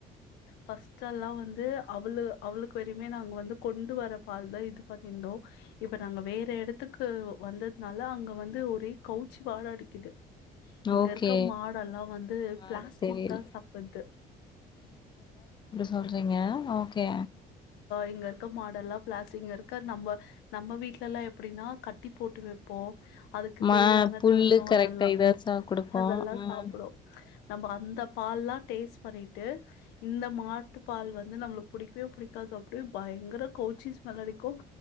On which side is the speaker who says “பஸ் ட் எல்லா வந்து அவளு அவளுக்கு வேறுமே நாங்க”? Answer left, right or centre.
Left